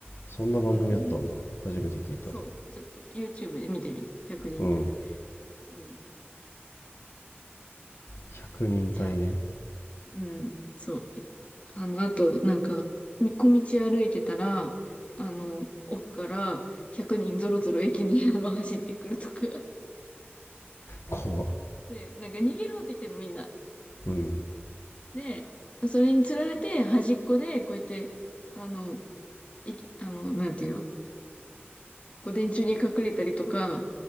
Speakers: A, on the left; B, on the left.
A: そんな番組やったんだ。
B: うん。
A: 初めて聞いた。
B: そう。ちょっと YouTube で見てみて。100人隊。
A: うん。
B: うん。
A: 100人隊ね。
B: じゃあ、うん。そう。あの、あと、なんか、み小道歩いてたら、あの、奥から100人ぞろぞろ駅にあの走ってくるとか。
A: 怖っ。
B: で、なんか逃げろって言ってんのみんな。
A: うん。
B: で、それにつられて端っこでこうやって、あの、駅、あの、なんていうの、こう電柱に隠れたりとか、